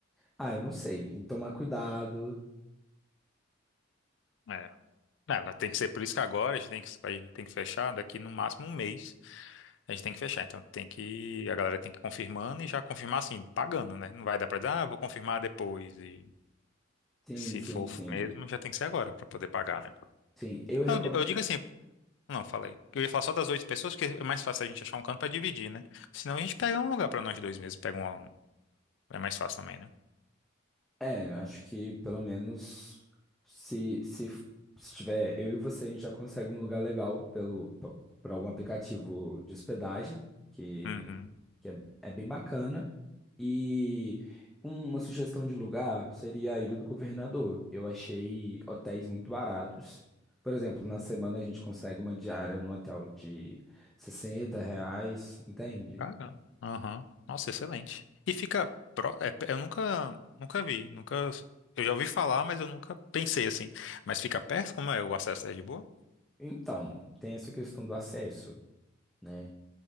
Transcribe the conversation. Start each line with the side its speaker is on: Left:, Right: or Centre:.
Centre: Ah, eu não sei. Tem que tomar cuidado.
Left: É. Não, tem que ser por isso que agora a gente tem que, vai- tem que fechar daqui no máximo um mês. A gente tem que fechar. Então tem que, a galera tem que ir confirmando e já confirmar assim, pagando, né? Não vai dar pra dizer, ah, vou confirmar depois. E
Centre: Sim,
Left: se
Centre: sim,
Left: for
Centre: sim.
Left: mesmo, já tem que ser agora pra poder pagar, né?
Centre: Sim, eu recomendo.
Left: Não, Eu, di- eu digo assim, Não, falei. Eu ia falar só das oito pessoas, porque é mais fácil a gente achar um canto pra dividir, né? Senão a gente pega um lugar pra nós dois mesmo. Pega um. É mais fácil também, né?
Centre: É, eu acho que pelo menos se, se, se tiver eu e você, a gente já consegue um lugar legal pelo, p- por algum aplicativo de hospedagem, que,
Left: Uhum.
Centre: que é, é bem bacana. E uma sugestão de lugar seria a Ilha do Governador. Eu achei hotéis muito baratos. Por exemplo, na semana a gente consegue uma diária num hotel de 60 reais, entende?
Left: Caramba. Aham. Nossa, excelente. E fica. pró- é, eu nunca, nunca vi. Nunca. Eu já ouvi falar, mas eu nunca pensei assim. Mas fica perto? Como é? O acesso é de boa?
Centre: Então, tem essa questão do acesso. né?